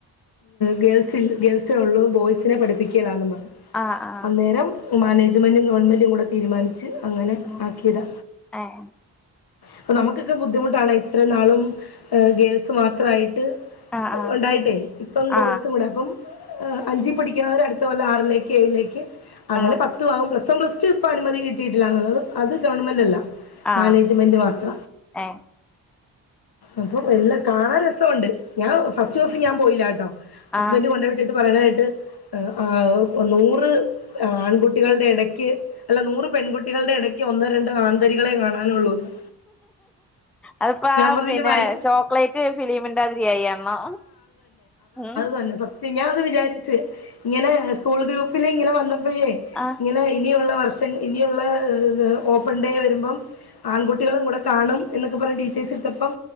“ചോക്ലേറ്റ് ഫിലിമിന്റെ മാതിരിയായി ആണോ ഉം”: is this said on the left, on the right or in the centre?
Centre